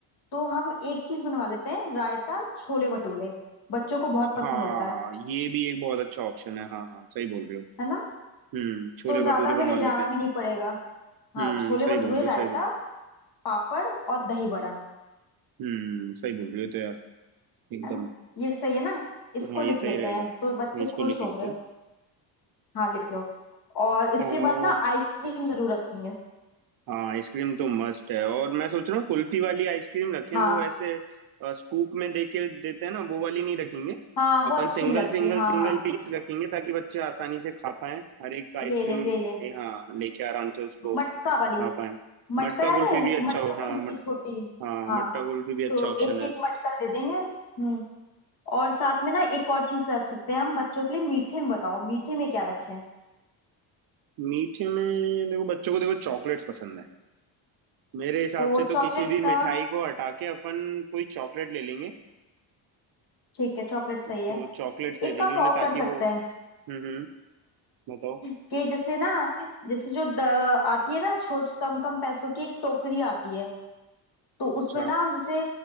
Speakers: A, on the left; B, on the right.
A: तो हम एक चीज बनवा लेते हैं रायता छोले भटूरे बच्चों को बहुत पसंद
B: हाँ
A: होता है
B: ये भी एक बहुत अच्छा ऑप्शन है हाँ हाँ सही बोल रहे हो
A: है ना
B: हम्म छोले
A: तो ज्यादा
B: भटूरे
A: हमें
B: बनवा
A: ले जाना
B: लेते हैं
A: भी नहीं पड़ेगा
B: हम्म
A: हाँ छोले
B: सही
A: भटूरे
B: बोल रहे
A: रायता
B: हो सही बोल
A: पापड़ और दही बड़ा
B: हम्म सही बोल रहे हो तो यार एकदम
A: है ना ये सही है ना इसको
B: तो हाँ
A: लिख
B: ये सही
A: लेते
B: रहेगा
A: हैं
B: हम
A: तो बच्चे
B: इसको
A: खुश
B: लिख
A: होंगे
B: लेते हैं
A: हाँ लिख लो और इसके
B: और
A: बाद ना आइसक्रीम जरूर रखेंगे
B: हाँ आइसक्रीम तो मस्ट है और मैं सोच रहा हूँ कुल्फी वाली आइसक्रीम रखें
A: हाँ
B: वो ऐसे स्कूप में दे के देते हैं ना वो वाली नहीं रखेंगे
A: हाँ
B: अपन
A: वो अच्छी
B: सिंगल
A: नहीं लगती
B: सिंगल
A: हाँ
B: सिंगल
A: हाँ
B: पीस रखेंगे ताकि बच्चे आसानी से खा पाएं हर एक आइसक्रीम
A: ले ले ले ले
B: ए, हाँ लेके आराम से उसको
A: मटका
B: खा
A: वाली
B: पाएं
A: मटका
B: मटका
A: याद
B: कुल्फी
A: है
B: भी अच्छा
A: मटका
B: हो हाँ
A: कुल्फी
B: मट
A: छोटी
B: हाँ
A: हाँ
B: मटका कुल्फी भी
A: तो
B: अच्छा ऑप्शन
A: एक
B: है
A: एक मटका दे देंगे हम्म और साथ में ना एक और चीज रख सकते हैं हम बच्चों के लिए मीठे में बताओ मीठे में क्या रखें
B: मीठे में देखो बच्चों को देखो चॉकलेट्स पसंद है मेरे हिसाब
A: तो
B: से तो
A: चॉकलेट्स
B: किसी भी मिठाई
A: का
B: को हटा के अपन कोई चॉकलेट ले लेंगे
A: ठीक है चॉकलेट सही
B: तो
A: है
B: चॉकलेट्स दे
A: एक काम
B: देंगे उन्हें
A: और
B: ताकि
A: कर सकते
B: वो
A: हैं
B: हम्म हम्म बताओ
A: कि जैसे ना जैसे जो द, आती है ना छोट कम कम पैसों की एक टोकरी आती है तो
B: अच्छा
A: उसमें ना हम जैसे